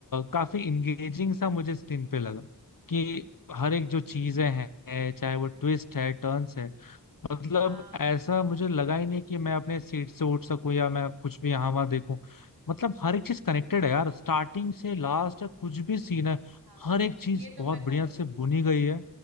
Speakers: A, on the left (about 60°); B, on the right (about 80°).
A: काफी इंगेजिंग सा मुझे स्क्रीन पे लगा कि हर एक जो
B: हम्म
A: चीजें हैं चाहे वो ट्विस्ट है टर्न्स है मतलब
B: हाँ
A: ऐसा मुझे लगा ही नहीं कि मैं अपने सीट से उठ सकूं या मैं कुछ भी यहाँ वहां देखूं मतलब हर एक चीज कनेक्टेड है यार स्टार्टिंग से लास्ट तक कुछ भी सीन है
B: हाँ
A: हर एक चीज
B: ये तो
A: बहुत
B: मैं कहूंगी
A: बढ़िया से बुनी गई है